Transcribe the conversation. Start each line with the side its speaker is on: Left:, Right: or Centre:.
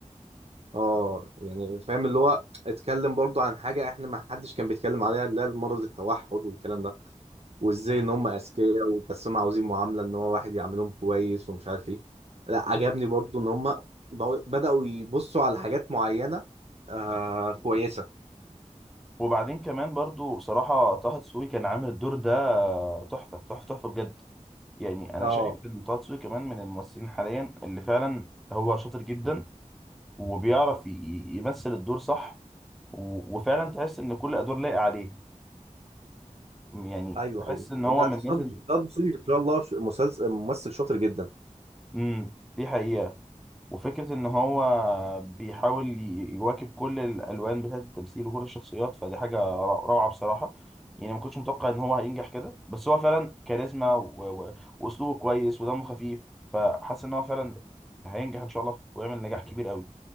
Right: اه يعني فاهم اللي هو اتكلم برضه عن حاجة احنا ما حدش كان بيتكلم عليها اللي هي مرض التوحد والكلام ده وازاي
Centre: مم.
Right: ان هم اذكياء و- بس هم عاوزين معاملة ان هو واحد يعاملهم كويس ومش عارف ايه لا عجبني برضه ان هم بقوا- بدأوا يبصوا على حاجات معينة آه كويسة
Centre: وبعدين كمان برضو بصراحه طه دسوقي كان عامل الدور ده تحفه تحفه تحفه بجد يعني انا
Right: اه
Centre: شايف ان طه دسوقي كمان من الممثلين حاليا اللي فعلا هو شاطر جدا وبيعرف ي- ي- يمثل الدور صح و- وفعلا تحس ان كل ادوار لايقه عليه يعني
Right: ايوه
Centre: بحس
Right: ايوه
Centre: ان هو
Right: ده
Centre: من الناس
Right: ده
Centre: اللي
Right: ده دسوقي ان شاء الله ش- مسلسل ممثل شاطر جدا
Centre: امم دي حقيقه وفكره ان هو بيحاول ي- يواكب كل الالوان بتاعه التمثيل وكل الشخصيات فدي حاجه ر- روعه بصراحه يعني ما كنتش متوقع ان هو هينجح كده بس هو فعلا كاريزما و- و- واسلوبه كويس ودمه خفيف فحاسس ان هو فعلا هينجح ان شاء الله ويعمل نجاح كبير قوي